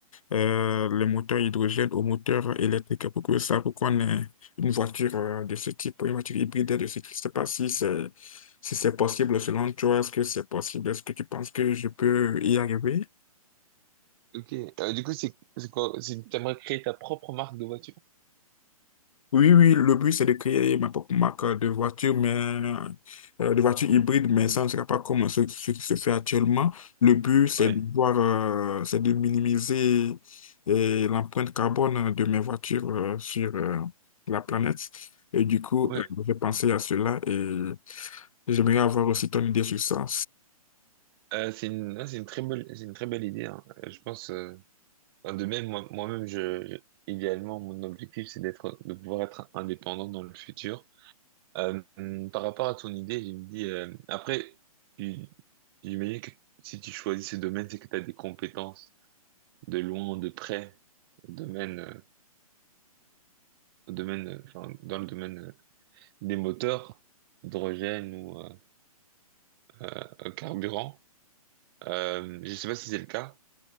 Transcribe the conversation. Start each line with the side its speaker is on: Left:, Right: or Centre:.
Left: euh, les moteurs hydrogène aux moteurs électriques pour que ça, pour qu'on ait une voiture euh, de ce type, une voiture hybride de ce type. Je ne sais pas si c'est si c'est possible selon toi, est-ce que c'est possible? Est-ce que tu penses que je peux y arriver?
Right: Ok. Euh, du coup, c'est c'est quoi? C'est, t'aimerais créer ta propre marque de voiture?
Left: Oui, oui, le but, c'est de créer ma propre marque de voiture, mais euh, de voiture hybride, mais ça ne sera pas comme ce, ce qui se fait actuellement. Le but, c'est
Right: Oui,
Left: de voir, euh, c'est de minimiser euh, l'empreinte carbone de mes voitures euh, sur euh, la planète. Et du coup,
Right: oui.
Left: euh, je vais penser à cela et j'aimerais avoir aussi ton idée sur ça.
Right: Euh, c'est une, non, c'est une très belle, c'est une très belle idée. hein. Euh, Je pense, euh, enfin, de même, moi, moi-même, je, je- idéalement, mon objectif, c'est d'être, de pouvoir être indépendant dans le futur. Euh, hum, par rapport à ton idée, je me dis, euh, après, tu- j'imagine que si tu choisis ce domaine, c'est que tu as des compétences de loin, de près, au domaine, euh, au domaine, euh, enfin, dans le domaine euh, des moteurs, hydrogène ou euh, euh, carburant. Euh, je sais pas si c'est le cas.